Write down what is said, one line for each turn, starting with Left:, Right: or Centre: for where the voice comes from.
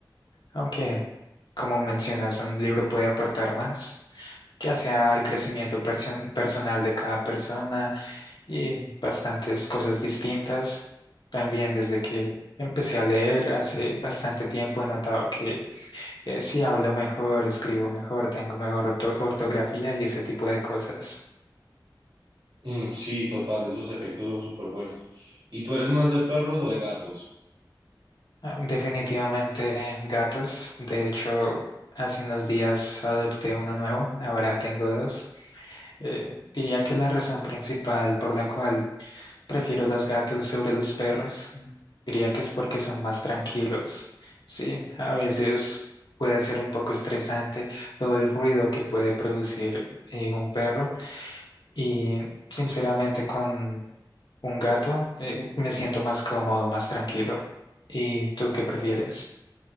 Left: Aunque, como mencionas, un libro puede aportar más, ya sea al crecimiento person- personal de cada persona y bastantes cosas distintas. También desde que empecé a leer hace bastante tiempo he notado que eh, sí hablo mejor, escribo mejor, tengo mejor orto- ortografía y ese tipo de cosas.
Right: Mm, sí, total, esos efectos son súper buenos. ¿Y tú eres más de perros o de gatos?
Left: Ah, Definitivamente gatos. De hecho, hace unos días adopté uno nuevo, ahora tengo dos. Eh, diría que la razón principal por la cual prefiero los gatos sobre los perros, mm, diría que es porque son más tranquilos. Sí, a veces puede ser un poco estresante todo el ruido que puede producir eh, un perro y sinceramente con un gato eh, me siento más cómodo, más tranquilo. ¿Y tú qué prefieres?